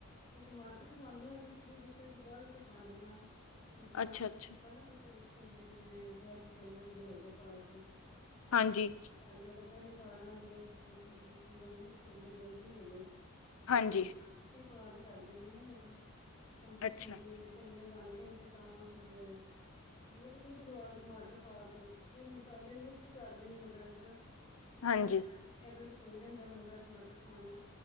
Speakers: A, on the left; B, on the left.
A: ਨਹੀਂ ਟਮਾਟਰ ਵੀ ਪਾਉਂਦੇ ਹਾਂ ਵਿੱਚ ਵੀ ਜਿਸ ਤਰ੍ਹਾਂ ਕਿ ਬਾਅਦ ਚ ਪਾਉਂਦੇ ਹਾਂ। ਟਮਾਟਰ
B: ਅੱਛਾ-ਅੱਛਾ,
A: ਪਲਕਾ ਨਾ ਟੇਸਟ ਹੋਵੇ, ਜਿਵੇਂ ਬਾਅਦ ਵਿੱਚ ਵਧੀਆ ਲੱਗਦਾ ਪਾ ਕੇ। ਪਹਿਲੇ,
B: ਹਾਂਜੀ,
A: ਮਸਾਲੇ ਅਗਰ ਪਹਿਲੇ ਪਾ ਦਾਂਗੇ ਤੇ ਫੇਰ ਕਈ ਵਾਰੀ ਨਾ ਛੋਲੇ ਗੱਲਦੇ ਨੀ ਹੈਗੇ, ਕਈ
B: ਹਾਂਜੀ,
A: ਵਿੱਚੇ ਹੀ ਪਾ ਕੇ ਤਰ ਦਿੰਦੀ ਨਾ ਮਤਲਬ, ਫਿਰ ਜਿਸ
B: ਅੱਛਾ,
A: ਤਰ੍ਹਾਂ ਕੀ ਵਿੱ ਛੋਲੇ ਬਣ ਗਏ ਨੇ, ਤੇ ਤਾਂ ਫੇਰ ਬਈ ਸੀਟੀ ਦੁਆ ਲਓ ਟਮਾਟਰ ਪਾ ਕੇ ਵਿੱਚ, ਕਈ ਵਾਰੀ ਮਸਾਲੇ ਦੇ ਵਿੱਚ ਹੀ ਕਰ ਦਿੰਦੀ ਹਾਂ ਮੈਂ ਗ੍ਰੈਂਡਰ। ਬਸ
B: ਹਾਂਜੀ।
A: ਜਿਵੇਂ <unintelligible> ਕਈ ਵਾਰ ਪੁੱਲ ਜਾਂਦਾ ਬੰਦਾ ਟਮਾਟਰ ਪਾਣੇ।